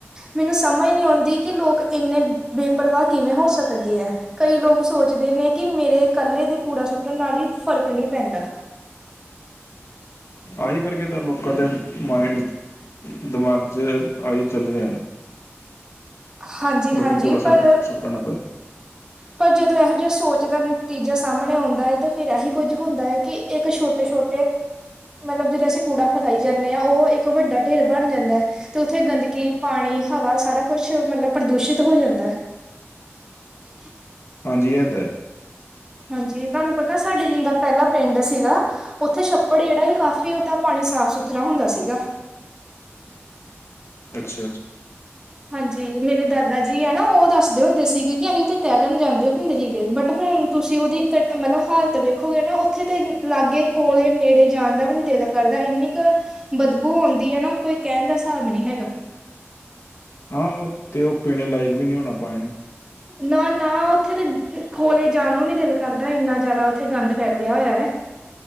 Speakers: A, on the right (about 15°); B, on the left (about 70°).
A: ਮੈਨੂੰ ਸਮਝ ਨਹੀਂ ਆਉਂਦੀ ਕਿ ਲੋਕ ਇੰਨੇ ਬੇਪਰਵਾਹ ਕਿਵੇਂ ਹੋ ਸਕਦੇ ਹੈ। ਕਈ ਲੋਕ ਸੋਚਦੇ ਨੇ ਕਿ ਮੇਰੇ ਕੱਲੇ ਦੇ ਕੂੜਾ ਸੁੱਟਣ ਨਾਲ ਹੀ ਫ਼ਰਕ ਨਹੀਂ ਪੈਂਦਾ। <inaudible> <unintelligible>
B: ਆਹੀ ਕਰਕੇ ਤਾਂ ਲੋਕਾਂ ਦੇ ਮਾਇਂਡ ਚ ਦਿਮਾਗ ਚ ਆਈ ਚੱਲ ਰਿਹਾ ਨਾ-
A: ਹਾਂਜੀ-ਹਾਂਜੀ
B: ਲੋਕੀ ਕੂੜਾ ਸੁੱਟ
A: ਪਰ।
B: ਸੁੱਟਣ ਪਏ
A: ਪਰ ਜਦੋਂ ਇਹੋ ਜਿਹਾ ਸੋਚ ਦਾ ਨਤੀਜਾ ਸਾਹਮਣੇ ਆਉਂਦਾ ਹੈ ਤੇ ਫਿਰ ਇਹੀ ਕੁੱਝ ਹੁੰਦਾ ਹੈ ਕਿ ਇੱਕ ਛੋਟ ਛੋਟੇ ਮਤਲਬ ਜਿਦੋਂ ਅਸੀਂ ਕੂੜਾ ਖਿਲਾਈ ਜਾਂਦੇ ਹਾਂ ਉਹ ਇੱਕ ਵੱਡਾ ਢੇਰ ਬਣ ਜਾਂਦਾ। ਤੇ ਉੱਥੇ ਗੰਦਗੀ ਪਾਣੀ, ਹਵਾ ਸਾਰਾ ਕੁੱਛ ਮਤਲਬ ਪ੍ਰਦੂਸ਼ਿਤ ਹੋ ਜਾਂਦਾ ਐ। <unintelligible>
B: ਹਾਂਜੀ ਇਹ ਤਾਂ ਹੈ।
A: ਹਾਂਜੀ ਤੁਹਾਨੂੰ ਪਤਾ ਸਾਡੇ ਜਿਲੇ ਦਾ ਪਹਿਲਾ ਪਿੰਡ ਸੀਗਾ ਉੱਥੇ ਛੱਪੜ ਜਿਹੜਾ ਕਾਫ਼ੀ ਉਹਦਾ ਪਾਣੀ ਸਾਫ-ਸੁਥਰਾ ਹੁੰਦਾ ਸੀਗਾ।
B: ਅੱਛਾ-ਅ
A: ਹਾਂਜੀ ਮੇਰੇ ਦਾਦਾ ਜੀ ਹੈ ਨਾ ਉਹ ਦੱਸਦੇ ਹੁੰਦੇ ਸੀਗੇ ਕਿ ਅਹੀਂ ਉਥੇ ਤੈਰਨ ਜਾਂਦੇ ਹੁੰਦੇ ਸੀਗੇ ਬਟ ਹੁਣ ਤੁਸੀਂ ਉਹਦੀ ਮਤਲਬ ਹਾਲਤ ਵੇਖੋਗੇ ਨਾ ਉੱਥੇ ਤੇ ਲਾਗੇ ਕੋਲੇ ਨੇੜੇ ਜਾਣ ਦਾ ਵੀ ਨੀ ਦਿਲ ਕਰਦਾ ਇੰਨੀ ਕੁ ਬਦਬੂ ਹੁੰਦੀ‌ ਏ ਨਾ ਕੋਈ ਕਹਿਣ ਦਾ ਸਾਬ ਨੀ ਹੈਗਾ
B: ਹਾਂ ਉਹ ਤੇ ਉਹ ਪੀਣੇ ਲਾਇਕ ਵੀ ਨਹੀਂ ਹੋਣਾ ਪਾਣੀ
A: ਨਾ- ਨਾ ਉੱਥੇ ਤਾਂ ਕੋਲੇ ਜਾਣ ਨੂੰ ਨੀ ਦਿਲ ਕਰਦਾ ਇੰਨਾ ਜਿਆਦਾ ਉੱਥੇ ਗੰਦ ਫੈਲਿਆ ਹੋਇਆ ਹੈ।